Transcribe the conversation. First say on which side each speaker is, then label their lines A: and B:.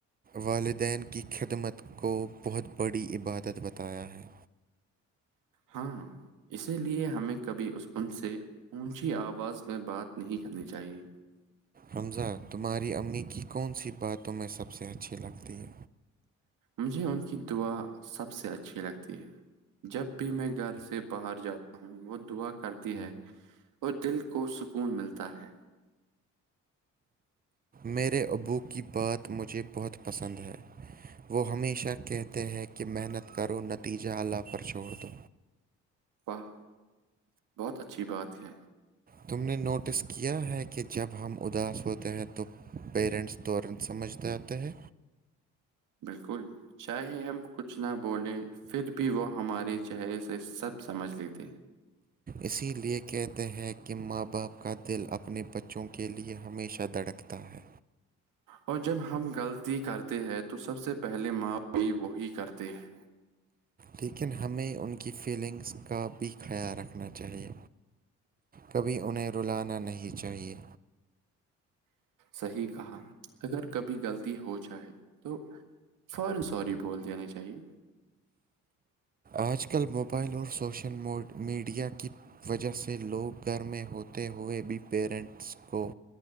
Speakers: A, on the right; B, on the right.
A: والدین کی خدمت کو بہت بڑی عبادت بتایا ہے
B: ہاں اسی لئے ہمیں کبھی ان سے اونچی آواز میں بات نہیں کرنی چاہیے
A: حمزہ تمہاری امی کی کون سی باتوںیں سب سے اچھی لگتی ہے
B: مجھے ان کی دعا سب سے اچھی لگتی ہے جب بھی میں گھر سے باہر جاتا ہوں وہ دعا کرتی ہے اور دل کو سکون ملتا ہے <unintelligible>
A: میرے ابو کی بات مجھے بہت پسند ہے وہ ہمیشہ کہتے ہیں کہ محنت کرو نتیجہ اللہ پر چھوڑ دو
B: واہ بہت اچھی بات ہے
A: تم نے نوٹس کیا ہے کہ جب ہم اداس ہوتے ہیں تو پیرنٹس دورن سمجھتے آتے ہے
B: بالکل چاہے ہم کچھ نہ بولیں پھر بھی وہ ہمارے چہرے سے سب سمجھ لیتے <inaudible>
A: اسی لیے کہتے ہیں کہ ماں باپ کا دل اپنے بچوں کے لیے ہمیشہ دھڑکتا ہے
B: اور جب ہم غلطی کرتے ہیں تو سب سے پہلے ماف بھی وہی کرتے ہیں
A: لیکن ہمیں ان کی فیلنگس کا بھی خیال رکھنا چاہیے کبھی انہیں رلانا نہیں چاہیے
B: صحیح کہا اگر کبھی غلطی ہو جائے تو فوری سوری بول دینا چاہیے
A: آج کل موبائل اور سوشل میڈیا کی وجہ سے لوگ گھر میں ہوتے ہوئے بھی پییرنٹس کو